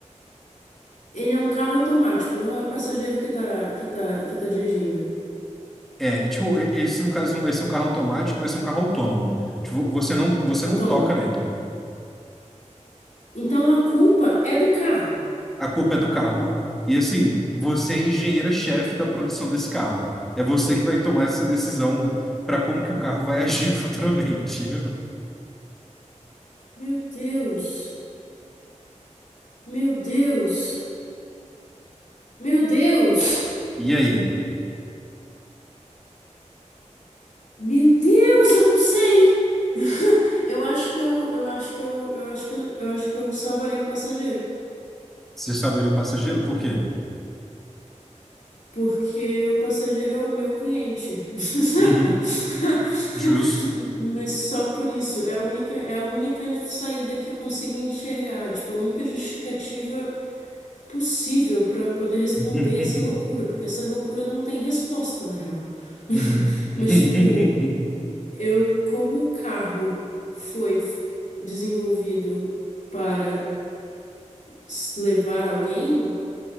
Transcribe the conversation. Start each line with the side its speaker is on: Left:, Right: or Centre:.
Left: Ele é um carro automático, não é o passageiro que tá, que tá, que tá dirigindo.
Centre: É, tipo, e- esse no caso não vai ser um carro automático, vai ser um carro autônomo. Tipo, você não, você
Left: é
Centre: não
Left: Autônomo.
Centre: toca nele.
Left: Então a culpa é do carro.
Centre: A culpa é do carro. E assim, você é a engenheira-chefe da produção desse carro. É você que vai tomar essa decisão para como que o carro vai agir <laughs> futuramente.
Left: Meu Deus. Meu Deus. Meu Deus.
Centre: E aí,
Left: Meu Deus, eu não sei. <laughs> Eu acho que eu, eu acho que eu, eu acho que eu, eu acho que eu salvaria o passageiro.
Centre: você salvaria o passageiro por quê?
Left: Porque o passageiro é o meu cliente. <laughs>
Centre: Uhum, justo.
Left: Mas só por isso, é a única, é a única saída que eu consigo enxergar, tipo, a única justificativa possível para poder responder
Centre: <laughs>
Left: essa loucura, porque essa loucura não tem resposta, na real. <laughs>
Centre: Uhum,
Left: Mas,
Centre: <laughs>
Left: tipo, eu, como o carro foi f- desenvolvido para s- levar alguém,